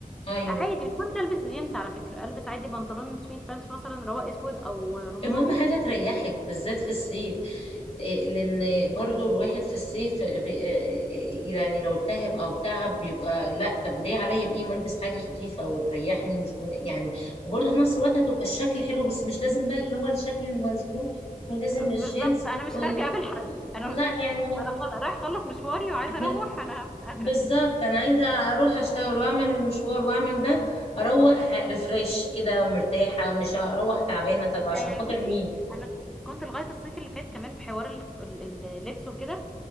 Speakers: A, on the left (about 40°); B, in the centre.
A: ايوه
B: عادي مش شرط البس جينز على فكره البس عادي بنطلون سويت بانس مثلا اللي هو اسود او رمادي
A: المهم حاجة تريحك بالذات في الصيف إيه، لان برضو الواحد في الصيف بي- إيه، يعني لو التهب او تعب بيبقى لا طب ليه عليا بقيمة البس حاجة خفيفة وتريحني مش مه... يعني وبرضو في نفس الوقت هتبقى الشكل حلو بس مش لازم بقى اللي هو الشكل المظبوط ولازم
B: بالظبط
A: الجينز
B: انا مش
A: وال...
B: خارجه
A: آه،
B: اقابل حد انا
A: لا
B: مش خارجة.
A: يعني
B: انا خل... رايح اخلص مشواري وعايزه
A: احنا
B: اروح انا مش قادره
A: بالظبط انا عايزة اروح اشتغل واعمل المشوار واعمل ده اروح ريفريش كده ومرتاحة مش هروح تعبانة طب عشان
B: آه
A: خاطر
B: بصي
A: مين
B: انا كنت لغايه الصيف اللي فات كمان في حوار ال- ال- اللبس وكده